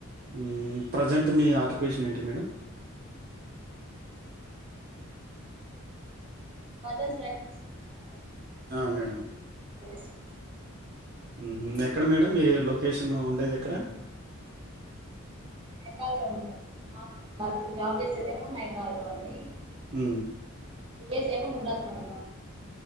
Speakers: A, on the right (about 45°); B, on the right (about 25°).
A: మ్ ప్రజెంట్ మీ ఆక్యుపేషన్ ఏంటి మేడం
B: బజాజ్ లైఫ్ ఇన్సూరెన్స్ లో
A: ఆ మేడం
B: <inaudible>
A: ఉ ఎక్కడ మేడం మీరు లొకేషన్ నువ్వు ఉండేది ఎక్కడ
B: నేపాల్ లో ఉంటాము ఆఫీస్ బ జాబ్ చేసేదేమో మైపాదడ్ లో ఉండి
A: ఉ
B: విలేజ్ ఏమో గుండరాత్ మడుగు